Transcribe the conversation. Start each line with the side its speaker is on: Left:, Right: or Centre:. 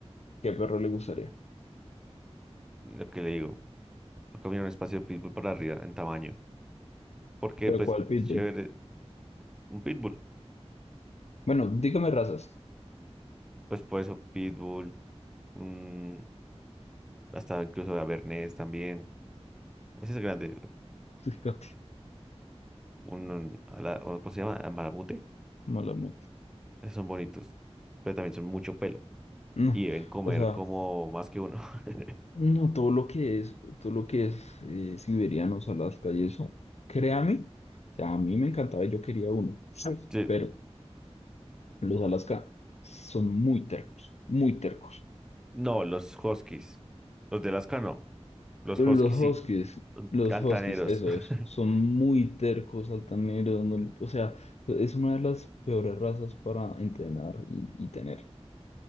Left: ¿qué perro le gustaría?
Centre: lo que le digo. Toca mirar un espacio de Pitbull para arriba en tamaño. Porque
Left: ¿Pero
Centre: pues
Left: cuál pitbull?
Centre: es chévere un Pitbull.
Left: Bueno, dígame razas.
Centre: Pues por eso Pitbull, mm, hasta incluso Avernés también. Ese es grande.
Left: <laughs>
Centre: un, ala- o ¿cómo se llama? Malamute.
Left: Malamute.
Centre: Esos son bonitos, pero también son mucho pelo
Left: No,
Centre: y deben comer
Left: o sea.
Centre: como más que uno. <laughs>
Left: No, todo lo que es, todo lo que es eh, siberianos, Alaska y eso, créame, o sea, a mí me encantaba y yo quería uno, <laughs> Sí.
Centre: Sí.
Left: pero los Alaska son muy tercos, muy tercos.
Centre: No, los huskies, los de Alaska no, los
Left: Los
Centre: huskies sí,
Left: Huskies,
Centre: son
Left: los
Centre: altaneros.
Left: Huskies, eso
Centre: <laughs>
Left: es, son muy tercos, altaneros, no- o sea, es una de las peores razas para entrenar y, y tener.